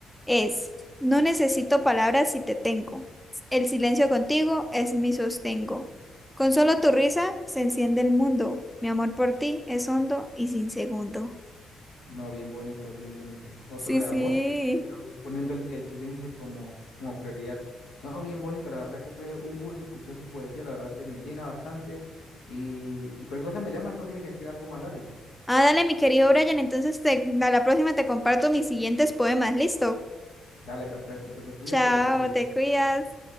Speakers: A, in the centre; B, on the left (about 80°).
A: es, no necesito palabras si te tengo. El silencio contigo es mi sostengo. Con solo tu risa se enciende el mundo. Mi amor por ti es hondo y sin segundo.
B: No, bien bonito, bien bonito. Otro
A: Sí,
B: de
A: sí.
B: amor, pero poniendo el, el silencio como, como prioridad. No, bien bonito, la verdad que fue un gusto escuchar su poesía, la verdad que me llena bastante. Y, y cualquier cosa me llama estos días que escriba algo más, dale.
A: Ah, dale, mi querido Brian. Entonces te- a la próxima te comparto mis siguientes poemas. ¿Listo?
B: Dale, perfecto. Entonces cuídate
A: Chao,
B: y hasta la siguiente.
A: te cuidas.